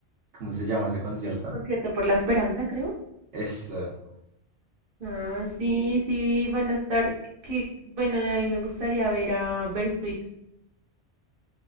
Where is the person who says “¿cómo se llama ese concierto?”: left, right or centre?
Right